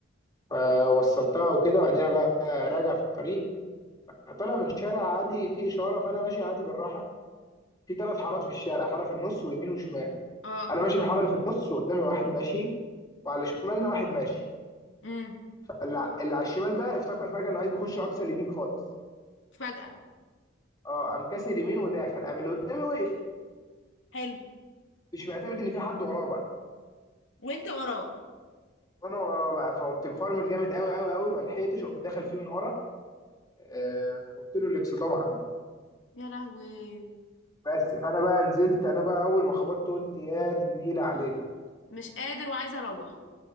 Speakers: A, on the left (about 20°); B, on the left (about 75°).
A: فوصلتها وكده وبعدها بقى راجع في الطريق طالع من شارع عادي فيه إشارة فأنا ماشي عادي بالراحة في ثلاث حارات في الشارع حارة في النص ويمين وشمال
B: اه
A: انا ماشي في الحاره اللي في النص وقدامي واحد ماشي وعلى شمالنا واحد ماشي
B: امم
A: فاللي اللي على الشمال ده افتكر فجاه انه عايز يخش اقصى اليمين خالص
B: فجأة
A: اه قام كاسر يمين وداخل قام اللي قدامي وقف
B: حلو
A: مش معتمد ان في حد وراه بقى
B: وانت وراه
A: وانا وراه بقى فقمت مفرمل جامد قوي قوي قوي ما لحقتش قمت داخل فيه من ورا آه فقلت له الاكسدام عنده
B: يا لهوي
A: بس فانا بقى نزلت انا بقى اول ما خبطت قلت يا دي النيله علينا
B: مش قادر وعايزه اروح